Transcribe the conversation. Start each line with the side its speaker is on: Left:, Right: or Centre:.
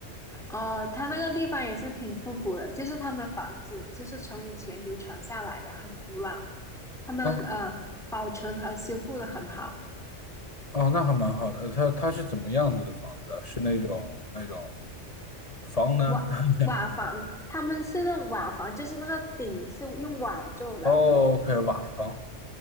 Centre: 哦，它那个地方也是挺复古的，就是他们房子就是从以前流传下来的，很古老。他们呃保存和修复的很好。
Left: 啊，哦，那还蛮好的。呃它它是怎么样子的房子啊是那种那种房呢？
Centre: 瓦瓦房，
Left: <laughs>
Centre: 他们是那种瓦房，就是那个顶是用瓦做的，
Left: 哦，OK，瓦房。